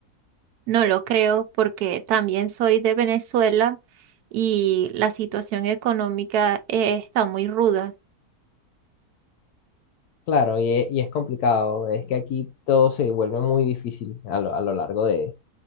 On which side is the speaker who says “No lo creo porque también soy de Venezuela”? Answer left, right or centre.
Right